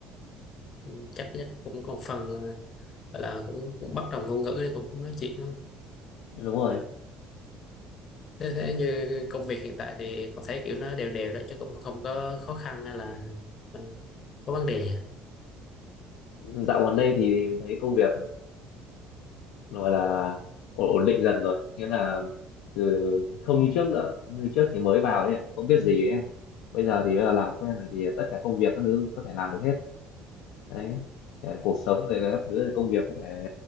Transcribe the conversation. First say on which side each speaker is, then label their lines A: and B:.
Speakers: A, on the left; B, on the left.
A: Ừ. chắc chắc cũng có một phần là- gọi là cũng, cũng bất đồng ngôn ngữ thì cũng, cũng nói chuyện
B: đúng rồi
A: thế, thế như công việc hiện tại thì con thấy kiểu nó đều đều đó chứ cũng không có khó khăn hay là ừ, có vấn đề gì à?
B: dạo gần đây thì mình thấy công việc gọi là ổn, ổn định dần rồi nghĩa là từ không như trước nữa như trước thì mới vào thì không biết gì ấy bây giờ thì là làm quen rồi thì tất cả công việc các thứ có thể làm được hết đấy Ờ, cuộc sống rồi các thứ công việc có thể